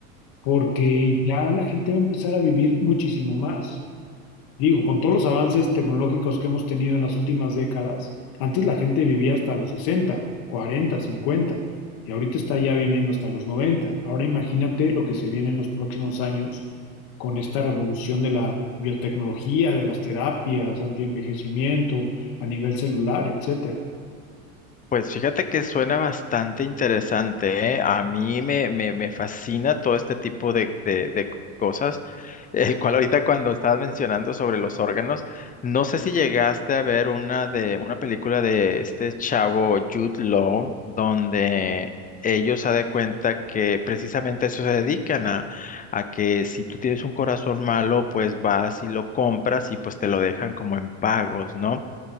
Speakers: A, on the left (about 50°); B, on the left (about 20°).
A: porque ya la gente va a empezar a vivir muchísimo más. Digo, con todos los avances tecnológicos que hemos tenido en las últimas décadas, antes la gente vivía hasta los 60, 40, 50, y ahorita está ya viviendo hasta los 90. Ahora imagínate lo que se viene en los próximos años con esta revolución de la biotecnología, de las terapias, antienvejecimiento, a nivel celular, etcétera.
B: Pues fíjate que suena bastante interesante, ¿eh? A mí me, me, me fascina todo este tipo de, de, de cosas, el cual ahorita cuando estabas mencionando sobre los órganos, no sé si llegaste a ver una de una película de este chavo Jude Law, donde ellos se de cuenta que precisamente a eso se dedican a, a que si tú tienes un corazón malo, pues vas y lo compras y pues te lo dejan como en pagos, ¿no?